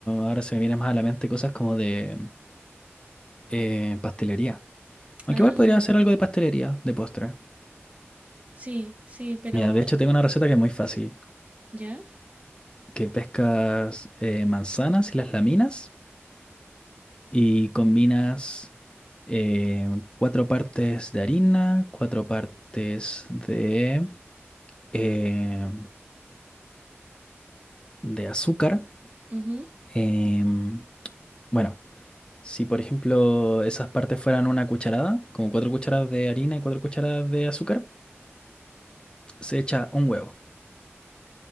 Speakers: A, on the left; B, on the right.
A: ahora se me vienen más a la mente cosas como de eh, pastelería. Aunque
B: Ah,
A: igual podría hacer algo de pastelería, de postre.
B: sí, sí, pero...
A: Mira, de hecho tengo una receta que es muy fácil,
B: ¿Ya?
A: que pescas eh, manzanas y las laminas. Y combinas eh, cuatro partes de harina, cuatro partes de, eh, de azúcar.
B: Ujú,
A: Em, bueno, si por ejemplo esas partes fueran una cucharada, como cuatro cucharadas de harina y cuatro cucharadas de azúcar, se echa un huevo.